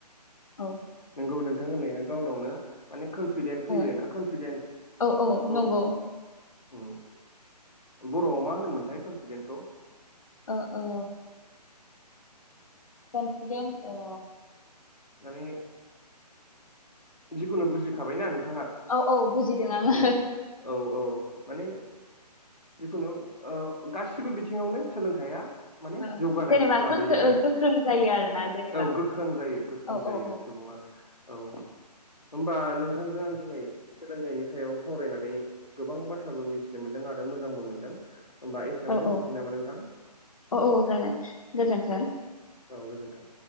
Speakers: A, on the left (about 55°); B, on the left (about 85°).
A: औ
B: नंगौ नोंथां होननाया गावनावनो माने कनफिदेन्ट फैयो
A: ओ
B: ना कनफिदेन्टखौ
A: औ औ नंगौ
B: ओम बर'आव मा होनोमोनथाय कनफिदेन्टखौ?
A: आ ओ कन्फिदेन्ट ओ
B: माने जिखुनु बुजिखाबायना नों नोंथाङा
A: औ औ बुजिदों आङो
B: औ औ औ। माने जिखुनु गासिबो ओ बिथिङावनो सोलोंथाइया माने
A: ओ
B: जौगानाय
A: जेनेबा
B: लाबोयो
A: गोखो
B: आरो
A: ओ गोख्रों जायो आरोना जेनेबा
B: औ गोख्रों जायो गोख्रों
A: औ
B: जायो
A: औ
B: सुबुङा औ। होन्बा नोंथांजों आं दिनै सोलोंथाइनि सायाव सावरायनानै गोबां बाथ्राबो मिथिनो मोनदों आरो मोजांबो मोनदों। होमबा एसेयावनो
A: औ
B: दोनथ'नोसै
A: औ
B: नामा नोंथां
A: औ औ जागोन गोजोन्थों।
B: औ गोजोन्थों।